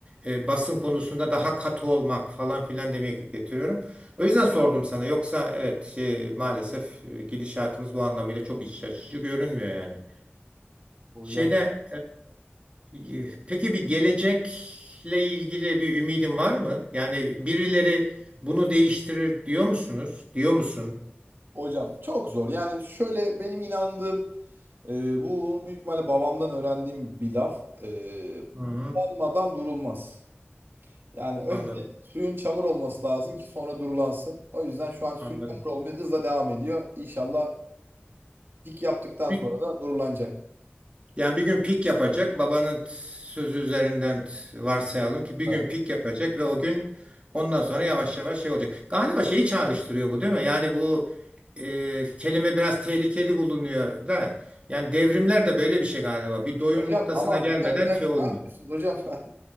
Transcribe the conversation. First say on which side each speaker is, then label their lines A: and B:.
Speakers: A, on the right; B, on the right.
A: e, basın konusunda daha katı olmak falan filan demeye getiriyorum. O yüzden sordum sana. Yoksa evet şey, maalesef e, gidişatımız bu anlamıyla çok iç açıcı görünmüyor yani.
B: Hocam
A: Şeyde e, peki bir gelecekle ilgili bir ümidin var mı? Yani birileri bunu değiştirir diyor musunuz? Diyor musun?
B: Hocam çok zor. Yani şöyle benim inandığım e, bunu büyük ihtimalle babamdan öğrendiğim bir laf. E,
A: Hı,
B: olmadan durulmaz. Yani önce
A: anladım,
B: suyun çamur olması lazım ki sonra durulansın. O yüzden şu an su
A: anladım.
B: çamur olmaya hızla devam ediyor. İnşallah dik yaptıktan
A: Bir-
B: sonra da durulanacak.
A: yani bir gün pik yapacak. Babanın t- sözü üzerinden t- varsayalım ki bir
B: Evet.
A: gün pik yapacak ve o gün ondan sonra yavaş yavaş şey olacak. Galiba şeyi çağrıştırıyor bu değil mi? Yani bu e, kelime biraz tehlikeli bulunuyor da. Yani devrimler de böyle bir şey galiba. Bir doyum
B: Hocam
A: noktasına
B: aman
A: gelmeden
B: hocam bir dakika
A: şey olmuyor.
B: ne yapıyorsunuz hocam? <laughs>